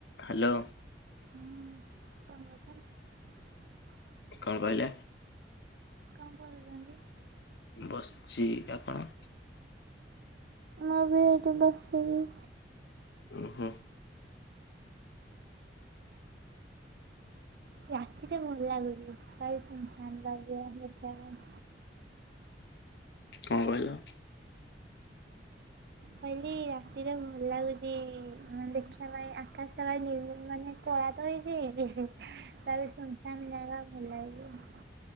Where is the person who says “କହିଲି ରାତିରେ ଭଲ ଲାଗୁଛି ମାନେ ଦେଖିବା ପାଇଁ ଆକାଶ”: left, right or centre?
Right